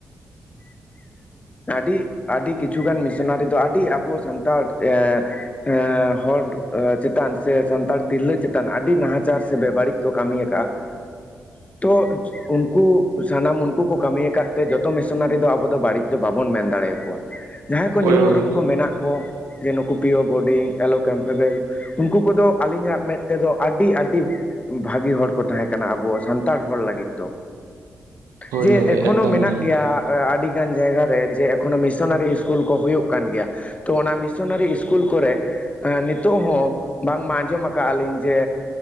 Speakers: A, on the left; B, on the right.
A: ᱼᱼ ᱟᱰᱤ ᱟᱰᱤ ᱠᱤᱪᱷᱩ ᱜᱟᱱ ᱢᱤᱥᱚᱱᱟᱨᱤ ᱫᱚ ᱟᱰᱤ ᱟᱵᱚ ᱥᱟᱱᱛᱟᱲ ᱮᱸᱜᱼᱼ ᱮᱸ ᱦᱚᱰ ᱪᱮᱛᱟᱱ ᱥᱮ ᱥᱟᱱᱛᱟᱲ ᱛᱤᱨᱞᱟᱹ ᱪᱮᱛᱟᱱ ᱟᱰᱤ ᱱᱟᱦᱟᱪᱟᱨ ᱥᱮ ᱵᱮ ᱵᱟᱲᱤᱡ ᱠᱚ ᱠᱟᱢᱤ ᱭᱮᱫᱼᱼ ᱠᱟᱜ-ᱛᱚᱼᱼ ᱩᱱᱠᱩ ᱥᱟᱱᱟᱢ ᱩᱱᱠᱩ ᱠᱚ ᱠᱟᱢᱤ ᱭᱟᱠᱟᱫ ᱛᱮ ᱡᱚᱛᱚ ᱢᱤᱥᱚᱱᱟᱨᱤ ᱫᱚ ᱟᱵᱚ ᱫᱚ ᱵᱟᱲᱤᱡ ᱫᱚ ᱵᱟᱵᱚᱱ ᱢᱮᱱ ᱫᱟᱲᱮᱭ ᱠᱚᱣᱟ᱾ ᱡᱟᱦᱟᱸᱭ ᱠᱚ ᱧᱩᱢ
B: ᱦᱳᱭ ᱦᱳᱭ
A: ᱩᱨᱩᱢ ᱠᱚ ᱢᱮᱱᱟᱜ ᱠᱚ ᱡᱮ ᱱᱩᱠᱩ ᱯᱤᱭᱳ ᱵᱳᱰᱤᱝ ᱮᱞᱳ ᱠᱮᱢᱯᱮᱵᱮᱞᱼᱼ ᱩᱱᱠᱩ ᱠᱚᱫᱚ ᱟᱞᱤᱧᱟᱜ ᱢᱮᱸᱫ ᱛᱮᱫᱚ ᱟᱰᱤ ᱟᱰᱤ ᱵᱷᱟᱜᱤ ᱦᱚᱲ ᱠᱚᱼᱼ ᱛᱟᱦᱮᱸ ᱠᱟᱱᱟ ᱟᱵᱚ ᱥᱟᱱᱛᱟᱲ ᱦᱚᱲ ᱞᱟᱜᱤᱫ ᱫᱚ
B: ᱦᱳᱭ
A: ᱡᱮ
B: ᱦᱳᱭ
A: ᱮᱠᱷᱚᱱᱚ
B: ᱮᱠᱫᱚᱢ
A: ᱢᱮᱱᱟᱜ
B: ᱮᱠᱫᱚᱢ
A: ᱜᱮᱭᱟ᱾ ᱮ ᱟᱰᱤ ᱜᱟᱱ ᱡᱟᱭᱜᱟ ᱨᱮ ᱡᱮ ᱮᱠᱷᱚᱱᱚ ᱢᱤᱥᱚᱱᱟᱨᱤ ᱤᱥᱠᱩᱞ ᱠᱚ ᱦᱩᱭᱩᱜ ᱠᱟᱱ ᱜᱮᱭᱟ᱾ ᱛᱚ ᱚᱱᱟ ᱢᱤᱥᱚᱱᱟᱨᱤ ᱤᱥᱠᱩᱞ ᱠᱚᱨᱮᱼᱼ ᱮᱸ ᱱᱤᱛᱚᱜ ᱦᱚᱸ ᱵᱟᱝ ᱢᱟ ᱟᱸᱡᱚᱢ ᱟᱠᱟᱜ-ᱟ ᱞᱤᱧ ᱟᱸᱻ ᱡᱮ